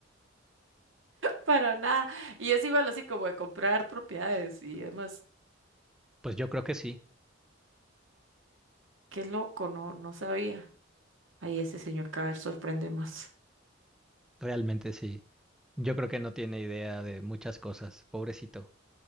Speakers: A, on the right; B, in the centre.
A: para nada. Y es igual así como de comprar propiedades y demás.
B: pues yo creo que sí,
A: Qué loco, no, no sabía. Ahí ese señor cada vez sorprende más.
B: realmente sí. Yo creo que no tiene idea de muchas cosas, pobrecito.